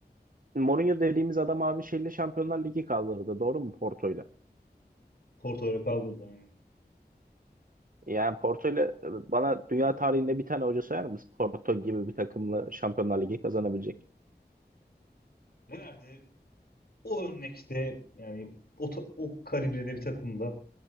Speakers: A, on the right; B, on the left.
A: Mourinho dediğimiz adam abi şeyle Şampiyonlar Ligi kaldırdı. Doğru mu Porto'yla?
B: Porto'ya kaldırdı hani.
A: Yani Porto'yla e, bana dünya tarihinde bir tane hoca sayar mısın? Porto gibi bir takımla Şampiyonlar Ligi kazanabilecek.
B: Nerede? O örnekte yani o, ta- o kalibrede bir takımda